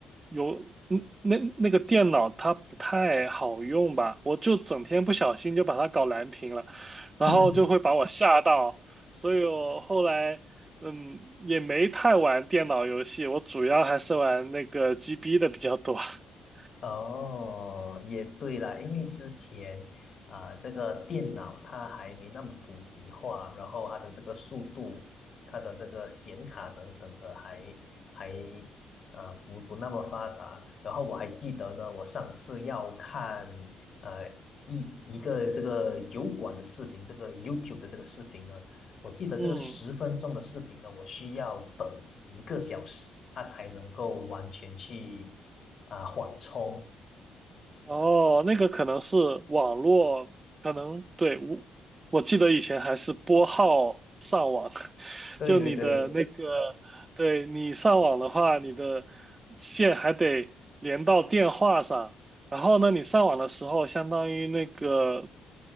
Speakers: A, on the right (about 25°); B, on the left (about 50°).
A: 有嗯那那个电脑它不太好用吧，我就整天不小心就把它搞蓝屏了，然后就会把我吓到，
B: <laughs>
A: 所以我后来嗯也没太玩电脑游戏，我主要还是玩那个 GB 的比较多。<laughs>
B: 哦，也对啦，因为之前啊、这个电脑它还没那么普及化，然后它的这个速度、它的这个显卡等等的还还啊不不那么发达。然后我还记得呢，我上次要看呃一一个这个油管的视频，这个 YouTube 的这个视频呢，我记得这个十分钟的视频呢，
A: 嗯
B: 我需要等一个小时，它才能够完全去。啊缓冲。
A: 哦，那个可能是网络，可能对，我我记得以前还是拨号上网，<laughs>
B: 对对对，
A: 就你的那个，对你上网的话，你的线还得连到电话上，然后呢，你上网的时候，相当于那个